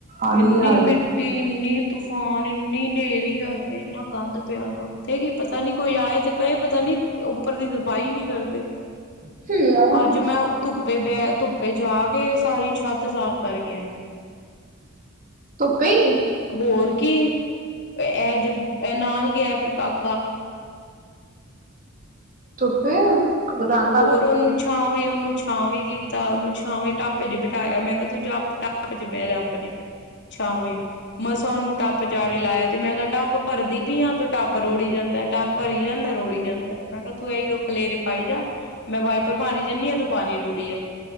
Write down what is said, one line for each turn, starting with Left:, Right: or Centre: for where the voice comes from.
Right: ਆਂਦੀਆਂ
Left: ਇੰਨੀ
Right: ਆ
Left: ਮਿੱਟੀ ਇੰਨੀ ਤੂਫਾਨ ਇੰਨੀ ਨੇਰੀ ਆ, ਇੰਨਾ ਗੰਦ ਪਿਆ ਨਾ, ਉੱਥੇ ਕੀ ਪਤਾ ਨੀ ਕੋਈ ਆਏ, ਤੇ ਕਏ ਪਤਾ ਨੀ ਉੱਪਰ ਦੀ ਸਫ਼ਾਈ ਨੀ ਕਰਦੇ।
Right: ਰਹੀਆਂ। ਹੂੰ
Left: ਅੱਜ ਮੈਂ ਓ ਧੁੱਪੇ ਬਹਿ ਧੁੱਪੇ ਜਾ ਕੇ ਸਾਰੀ ਛੱਤ ਸਾਫ਼ ਕਰਕੇ ਆਈ।
Right: ਧੁੱਪੇ ਈ
Left: ਹੋਰ ਕੀ ਐ ਜੋ ਐ ਨਾਲ ਗਿਆ ਫਿਰ ਕਾ ਕਾ।
Right: ਧੁੱਪੇ ਰੰਗ
Left: ਹੋਰ
Right: ਕਾਲਾ
Left: ਉਹਨੂੰ ਛਾਵੇਂ ਓਨੂੰ ਛਾਵੇਂ ਕੀਤਾ ਉਹਨੂੰ ਛਾਵੇਂ ਟਾਪੇ ਚ ਬਿਠਾਇਆ ਮੈਂ ਕਿਆ ਤੂੰ ਟਪ ਚ ਬੈ ਜਾ ਅਪਣੇ ਛਾਵੇਂ ਮਸਾਂ ਨੂੰ ਟਾ ਬਜਾਰੇ ਲਾਇਆ ਤੇ ਮੈਂ ਓਦਾ ਟੱਪ ਭਰਦੀ ਪਈ ਆ ਟੱਪ ਰੋੜੀ ਜਾਂਦਾ ਟੱਪ ਭਰੀ ਜਾਂਦਾ ਰੋੜੀ ਜਾਂਦਾ ਮੈਂ ਕਿਆ ਤੂੰ ਏਹੀ ਓ ਖਲੇਰੇ ਪਾਈ ਜਾ ਮੈਂ ਵਾਈਪਰ ਮਾਰੀ ਜਨੀ ਆ ਤੂੰ ਪਾਣੀ ਰੋੜ